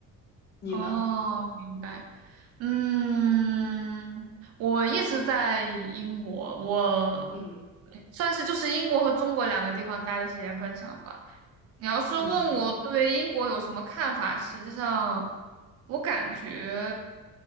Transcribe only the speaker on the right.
哦，明白，嗯，我一直在英国，我
算是就是英国和中国两个地方待的时间更长吧。你要是问我对英国有什么看法，
实际上我感觉